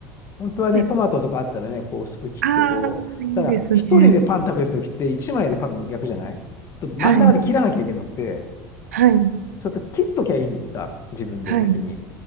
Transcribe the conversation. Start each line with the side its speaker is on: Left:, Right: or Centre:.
Left: 本当はね、
Right: で、
Left: トマトとかあったらね、こう薄く切って、
Right: ああ、
Left: こう、
Right: いいですね。
Left: ただ、一人でパン食べるときって、一枚でパン焼くじゃないと、真ん中で切らなきゃいけなくて、
Right: はい、はい、
Left: ちょっと切っときゃいいのにさ、自分で先に。
Right: はい、